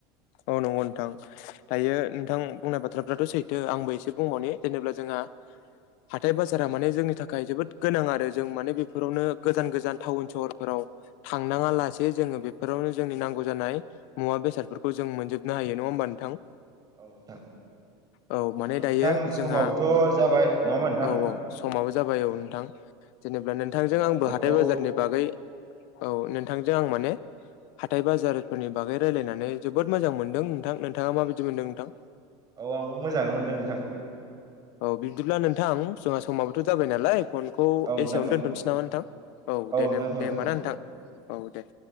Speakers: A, on the left; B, on the right.
A: औ नंगौ नोंथां।
B: औ
A: दायो नोंथां बुंनाय बाथ्रा याथ' सैथो आंबो एसे बुंबाव ने जेनेबा जोंहा हाथाय बाजारा माने जोंनि थाखाय जोबोद गोनां आरो। जों माने बेफोरावनो गोजान गोजान टाउन- सहरफोराव थांनाङा लासे जोङो बेफोरावनो जोंनि नांगौ जानाय मुवा बेसादफोर खौ जों मोनजोबनो हायो नङा होमबा नोंथां?
B: औ नोंथां
A: औ माने
B: जेनेबा
A: दायो
B: नोंथां
A: जोंहा
B: समाबोथ' जाबाय नङा होनबा नोंथां?
A: औ औ समाबो जाबाय औ नोंथां। जेनेबा नोंथांजों
B: जेनेबा
A: आंबो
B: कलखौ
A: हाथाय बाजारनि बागै औ नोंथांजों आं माने हाथाय बाजारफोरनि बागै रायलायनानै जोबोद मोजां मोनदों नोंथां नोंथाङा माबायदि मोनदों नोंथां?
B: औ आंबो मोजाङानो मोनदों नोंथां
A: औ बिदिब्ला नोंथां जोंहा समाबोथ' जाबाय नालाय फन खौ
B: औ नोंथां
A: एसेयावनो
B: औ
A: दोनथ'नोसै नामा नोंथां? औ दे
B: नोंथां
A: नेम दे
B: औ
A: होनबा ना नोंथां औ दे <inaudible>